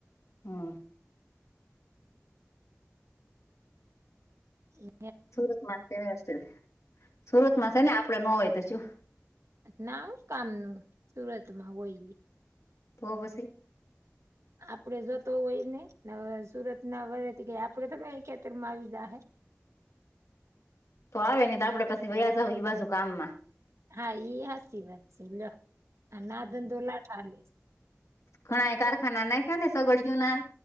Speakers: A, on the left; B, on the right.
A: હમ
B: હમ <unintelligible>
A: સુરત માતે હશે સુરતમાં છે ને આપડે નો હોય તો શું.
B: નાવ કામનું સુરતમાં હોય ઈ.
A: તો વસી.
B: આપડે જતો હોય ને હવે સુરતના વરાથી ગઈ આપડે થ અ ખેતરમાં આવી દા હે.
A: તો આવે નહી આપડે પછી વયા જઈ બાજુ કામમાં
B: હા ઈ હાચી વાત છે લો આના ધંધો લાઠ હાલે.
A: ઘણાય કારખાના નાખ્યાને સગળીયો ના.